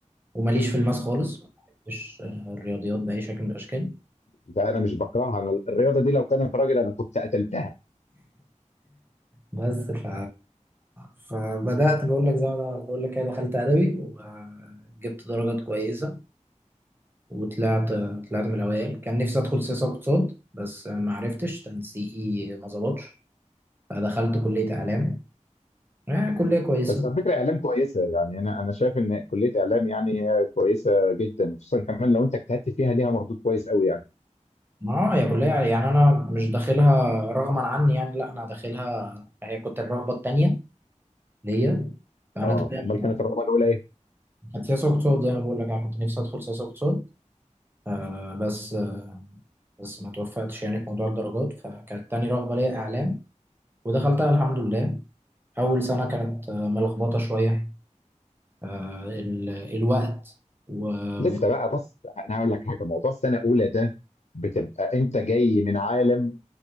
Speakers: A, on the right; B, on the left.
A: وماليش في الماس خالص ما بحبش آه، الرياضيات بأي شكل من الأشكال
B: ده انا مش بكرهها انا الرياضه دي لو كانت راجل انا كنت قتلتها
A: بس ف... فبدأت بقول لك زي ما أنا بقول لك كده دخلت أدبي وجبت درجات كويسة وطلعت طلعت من الأوائل كان نفسي أدخل سياسة واقتصاد بس ما عرفتش تنسيقي ما ظبطش فدخلت كلية إعلام آه، كلية كويسة
B: بس على فكره اعلام كويسه يعني انا انا شايف ان كليه اعلام يعني هي كويسه جدا خصوصا كمان لو انت اجتهدت فيها ليها مردود كويس قوي يعني
A: ما هي كلية يعني أنا مش داخلها رغما عني يعني لا أنا داخلها هي كنت الرغبة التانية ليا فأنا
B: اه
A: تمام
B: امال كانت الرغبه الاولى ايه؟
A: كانت سياسة واقتصاد زي ما بقول لك أنا كنت نفسي أدخل سياسة واقتصاد آه بس آه بس ما توفقتش يعني في موضوع الدرجات فكانت تاني رغبة ليا إعلام ودخلتها الحمد لله أول سنة كانت آه ملخبطة شوية آه ال الوقت وبعدين
B: لسه بقى بص انا هقول لك حاجه موضوع السنه الاولى ده بتبقى انت جاي من عالم